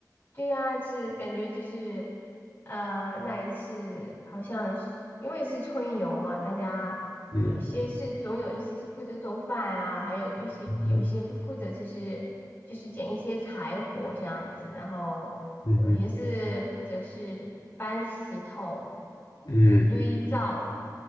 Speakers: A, on the left; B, on the left.
A: 对呀，是感觉就是，呃，那一次好像是因为是春游嘛，大家有些是总有一些是负责做饭啊，
B: 嗯
A: 还有一些有些负负责就是就是捡一些柴火这样子，
B: 嗯
A: 然后有些是负责是搬石头，
B: 嗯哼嗯，
A: 就是堆灶。